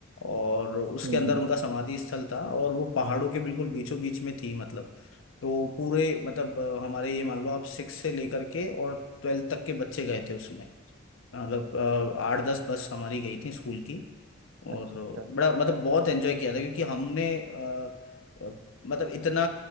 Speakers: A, on the left; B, on the right.
A: और उसके
B: हम्म
A: अंदर
B: हम्म
A: उनका समाधि स्थल था और वो पहाड़ों के बिल्कुल बीचों बीच में थी मतलब तो पूरे मतलब अ, हमारे ये मान लो आप सिक्स से लेकर के और ट्वेल्थ तक के बच्चे गए थे उसमें मतलब अ, आठ दस बस हमारी गई थी स्कूल की और
B: अच्छा अच्छा
A: बड़ा मतलब बहुत एंजॉय किया था क्योंकि हमने अ, अ, मतलब इतना